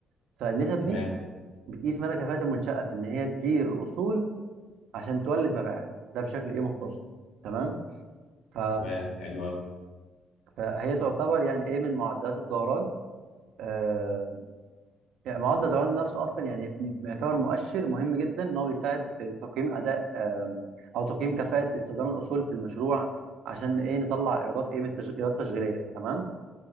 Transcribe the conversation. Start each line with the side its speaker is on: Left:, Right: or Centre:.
Right: فالنسب
Left: تمام
Right: دي بتقيس مدى كفاءة المنشأة في إن هي تدير أصول عشان تولد مبيعات ده بشكل ايه مختصر تمام ف...
Left: تمام حلو قوي
Right: فهي تعتبر يعني ايه من معدلات الدوران آه، يعني معدل الدوران النفسي اصلا يعني م- يعتبر مؤشر مهم جدا ان هو بيساعد في تقييم اداء آم، او تقييم كفاءه استخدام الاصول في المشروع عشان ايه نطلع ايرادات ايه من التش... ايرادات تشغيليه تمام